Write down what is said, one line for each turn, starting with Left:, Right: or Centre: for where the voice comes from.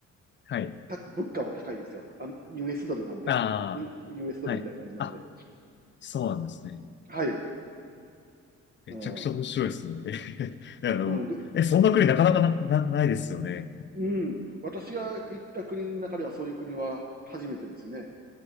Left: はい、
Right: た物価は高いですよ。あ US ドルなんで、
Left: あ
Right: U ユ U- US ドルみたいな感じなんで。
Left: あ、はい、あ、そうなんですね。
Right: はい。
Left: めちゃくちゃ面白いですね。
Right: うん。
Left: ええ <laughs> あの、
Right: うん。で、
Left: え、そんな国なかなかな、な、ないですよね。
Right: うん。私が行った国の中ではそういう国は初めてですね。